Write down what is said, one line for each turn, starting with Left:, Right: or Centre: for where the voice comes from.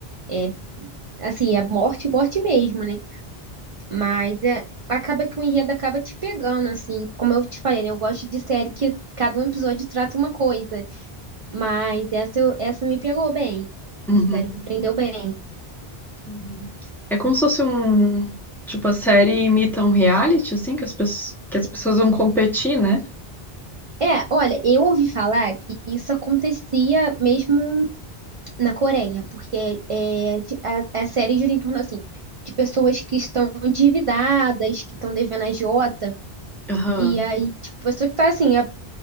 Right: É, assim, é morte, morte mesmo, né? Mas é, acaba que o enredo acaba te pegando, assim. Como eu te falei, né? Eu gosto de série que cada um episódio trata uma coisa. Mas essa, eu- essa me pegou bem.
Centre: Uhum,
Right: Essa série me prendeu bem.
Centre: uhum. É como se fosse um. Tipo, a série imita um reality, assim, que as, pes- que as pessoas vão competir, né?
Right: É, olha, eu ouvi falar que isso acontecia mesmo na Coreia, porque é, a, a série gira em torno, assim, de pessoas que estão endividadas, que estão devendo a agiota,
Centre: Aham.
Right: e aí, tipo, pessoa que tá, assim, a,